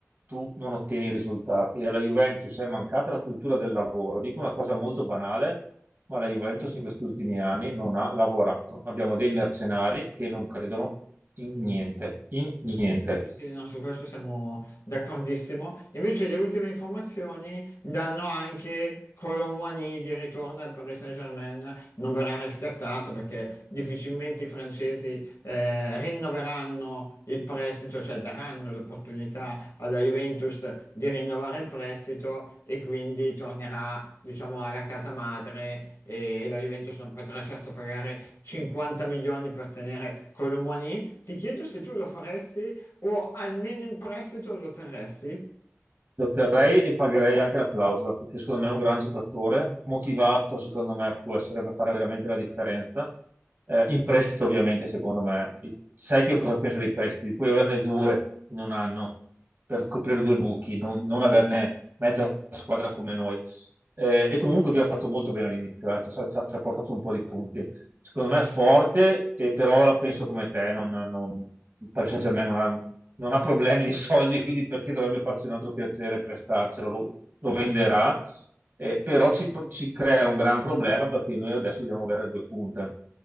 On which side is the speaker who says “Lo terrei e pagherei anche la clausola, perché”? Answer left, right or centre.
Right